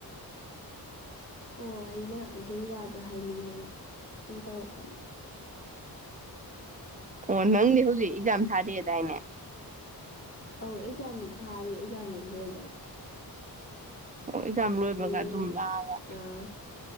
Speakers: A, on the left (about 35°); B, on the right (about 20°).
A: ꯑꯣ ꯑꯩꯅ ꯑꯗꯨꯒꯤ ꯋꯥꯗꯣ ꯍꯥꯏꯅꯤꯡꯉꯦꯅ ꯁꯨꯝ ꯇꯧꯔꯛꯄꯅꯦ
B: ꯑꯣ ꯑꯣ ꯅꯪꯦ ꯍꯧꯖꯤꯔꯤꯒ ꯊꯗꯤꯗꯏꯅꯦ
A: ꯑꯧ ꯑꯦꯛꯖꯥꯝ ꯊꯥꯔꯤ ꯑꯦꯛꯖꯥꯝꯗꯨ ꯂꯣꯏꯗꯧꯔ
B: ꯑꯣ ꯑꯦꯛꯖꯥꯝ ꯂꯣꯏꯕꯒ
A: ꯍꯌꯦꯡ
B: ꯑꯗꯨꯝ ꯂꯥꯛꯑꯒ
A: ꯑꯦꯛꯖꯥꯝ